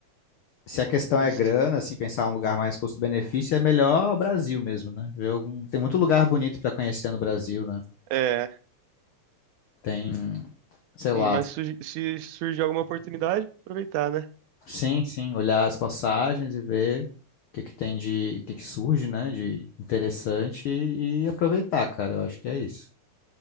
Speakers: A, on the left (about 80°); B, on the right (about 80°).
A: se a questão
B: lista.
A: é grana, assim, pensar um lugar mais custo-benefício, é melhor o Brasil mesmo, né? Ver algum- Tem muito lugar bonito para conhecer no Brasil, né?
B: É,
A: Tem, sei
B: sim,
A: lá,
B: mas sugi- se surgir alguma oportunidade, aproveitar, né?
A: sim, sim, olhar as passagens e ver o que que tem de, o que que surge, né, de interessante e, e aproveitar, cara. Eu acho que é isso.